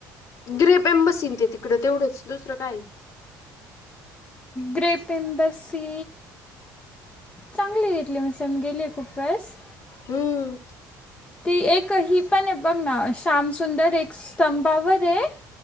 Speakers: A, on the left (about 50°); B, on the left (about 20°).
A: ग्रेप एम्बसीन ते तिकडं तेवढंच दुसरं काय.
B: ग्रेप एम्बेसी चांगलीय तितली मिसळ मी गेली खूप वेळेस.
A: हम्म
B: ती एक ही पण आहे बघ ना शाम सुंदर एक स्तंभावर आहे.